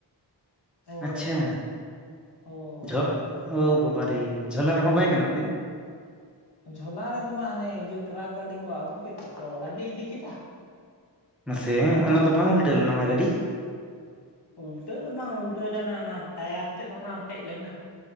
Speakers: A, on the left (about 65°); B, in the centre.
A: ᱦᱳᱭ
B: ᱟᱪᱪᱷᱟ
A: ᱦᱳᱭ
B: ᱡᱷᱚ ᱚ ᱵᱟᱵᱟᱨᱮ ᱡᱷᱚᱞᱟ ᱨᱮᱦᱚᱸ ᱵᱟᱭ ᱜᱟᱱᱚᱜ ᱛᱮ?
A: ᱡᱷᱚᱞᱟ ᱨᱮᱫᱚ ᱵᱟᱝ ᱟᱱᱮ ᱴᱨᱟᱠ ᱜᱟᱹᱰᱤ ᱠᱚ ᱟᱹᱜᱩ ᱠᱮᱫ ᱛᱮᱠᱚ ᱞᱟᱫᱮ ᱤᱫᱤ ᱠᱮᱫᱟ᱾
B: ᱢᱟᱥᱮ ᱚᱱᱟ ᱫᱚ ᱵᱟᱝ ᱩᱞᱴᱟᱹᱣ ᱞᱮᱱᱟ ᱚᱱᱟ ᱜᱟᱹᱰᱤ?
A: ᱩᱞᱴᱟᱹᱣ ᱫᱚ ᱵᱟᱝ ᱩᱞᱴᱟᱹᱣ ᱞᱮᱱᱟ ᱚᱱᱟ ᱴᱟᱭᱟᱨ ᱛᱮᱫ ᱚᱱᱟ ᱚᱴᱮᱡ ᱞᱮᱱᱟ᱾